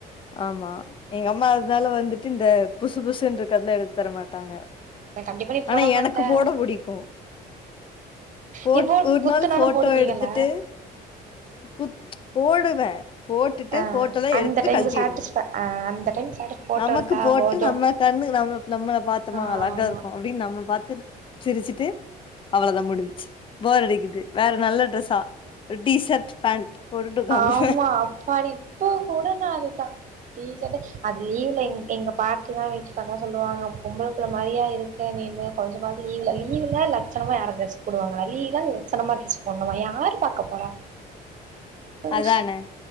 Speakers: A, on the left; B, on the right.
A: ஆமா எங்க அம்மா அதனால வந்துட்டு இந்த புசு புசுன்று இருக்குறதெல்லா எடுத்துத்தர மாட்டாங்க.
B: நா கண்டிப்பா நீ
A: ஆனா
B: போட மாட்ட
A: எனக்கு போட புடிக்கு. போட்
B: நீ போ
A: ஒரு
B: குத்துனாலு
A: நாள் போட்டோ
B: போடுவீங்கள
A: எடுத்துட்டு புத் ம்ச். போடுவ. போட்டுட்டு
B: ஆ
A: போட்டோலா
B: அந்த
A: எடுத்துட்டு
B: டைமுக்கு
A: கழ். தி
B: சாட்டிஸ்ஃபை
A: இருந்தோ.
B: ஆ அந்த டைம் சாட்டிஸ் போட்டோ
A: நமக்கு
B: இருக்கா
A: போட்டு
B: போது
A: நம்ம கண்ணு நம்மள நம்மள பாத்தோமா
B: ஆமா
A: அழகா இருக்கு அப்படின்னு நம்ம பாத்து. சிரிச்சுட்டு அவ்வளதா முடிஞ்சு. போர் அடிக்குது வேற நல்ல ட்ரெஸ்ஸா. டி ஷர்ட் பேண்ட் போட்டுட்டு உக்காந்துருவே
B: அஹ ஆமா அப்பாடி இப்போ கூட நா அது. ட்டா டிசட்டு அது லீவ்ல எங் எங்க பாட்டிலா வீட்டுக்கல்லா சொல்லுவாங்க பொம்பளபுள்ள மாரியா இருக்கு நீன்னு கொஞ்சமாவது லீவ்ல லீவு்ல லட்சணமா யாராவது ட்ரெஸ் போடுவாங்களா லீவனா லட்சணமா ட்ரெஸ் போண்ணுமா யாரு பாக்க போறா. ஆஹ
A: அதானே